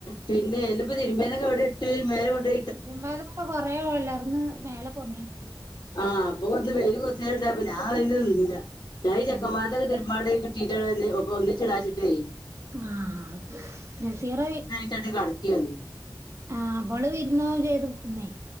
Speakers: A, on the left; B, on the right.
A: പിന്നെ ഇന്നിപ്പോ തിരുമ്പിയതൊക്കെ എവടെ ഇട്ട് മേലെ കൊണ്ടോ
B: തിരുമ്പേത് പ്പോ കൊറേ ഒലർന്ന് മേലെ കൊണ്ടയിട്ട്
A: ആഹ് അപ്പ കൊറച്ച് വെയില് കൊറചേരം ണ്ടായപ്പൊ ഞാ അയിന് നിന്നില ഞാൻ ഇ ചെക്കമ്മാര്ട
B: ഉം
A: ഒക്കെ തിരുമ്പാണ്ടായന്ന് ത്തിൻ്റെ ഒന്നിച്ചിടാച്ചിട്ടേ
B: ആഹ് നസീറ
A: <unintelligible> കടക്കെന്നു
B: ആ ബള് വിരുന് പോകും ചെയ്തു ന്നേ